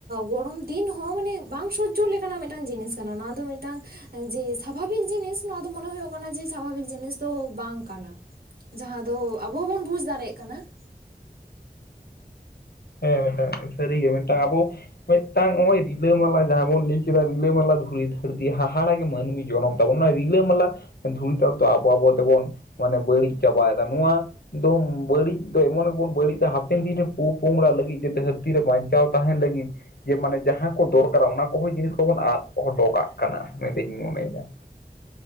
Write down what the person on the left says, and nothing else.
ᱦᱮᱸ ᱦᱮᱸ ᱡᱷᱚᱹᱨᱤ ᱜᱮ ᱢᱤᱫᱴᱟᱝ ᱟᱵᱚ ᱢᱮᱜᱽᱴᱟᱝ ᱚᱜᱼᱚᱭ ᱨᱤᱞᱟᱹ-ᱢᱟᱞᱟ ᱡᱟᱦᱟᱸ ᱵᱚᱱ ᱞᱟᱹᱭ ᱠᱮᱫᱟ ᱨᱤᱞᱟᱹ-ᱢᱟᱞᱟ ᱫᱷᱩᱲᱤ ᱫᱷᱟᱹᱨᱛᱤ ᱦᱟᱦᱟᱲᱟ ᱜᱮ ᱢᱟᱹᱱᱢᱤ ᱡᱚᱱᱚᱢ ᱾ ᱛᱟᱵᱚᱱ ᱚᱱᱟ ᱨᱤᱞᱟᱹᱢᱟᱞᱟ ᱫᱷᱩᱲᱤ ᱛᱟᱞ ᱛᱚ ᱟᱵᱚ ᱟᱵᱚ ᱛᱮᱵᱚᱱ ᱢᱟᱱᱮ ᱵᱟᱹᱲᱤᱡ ᱪᱟᱵᱟᱭ ᱫᱟ ᱱᱚᱣᱟ ᱫᱚᱢ ᱵᱟᱹᱲᱤᱡ ᱫᱚ ᱮᱢᱚᱱ ᱮᱵᱚᱱ ᱵᱟᱹᱲᱤᱡ ᱫᱟ ᱦᱟᱯᱮᱱ ᱫᱤᱱ ᱨᱮ ᱯᱩ ᱯᱚᱝᱲᱟ ᱞᱟᱹᱜᱤᱫ ᱡᱟᱛᱮ ᱦᱟᱹᱨᱛᱤ ᱨᱮ ᱵᱟᱧᱪᱟᱣ ᱛᱟᱦᱮᱱ ᱞᱟᱹᱜᱤᱫ ᱡᱮ ᱢᱟᱱᱮ ᱡᱟᱦᱟᱸ ᱠᱚ ᱫᱚᱨᱠᱟᱨᱟ ᱚᱱᱟ ᱠᱚᱦᱚᱸ ᱡᱤᱱᱤᱥ ᱠᱚᱵᱚᱱ ᱟᱫ ᱦᱚᱴᱚ ᱠᱟᱜ ᱠᱟᱱᱟ ᱢᱮᱱᱛᱤᱧ ᱢᱚᱱᱮ ᱫᱟ ᱾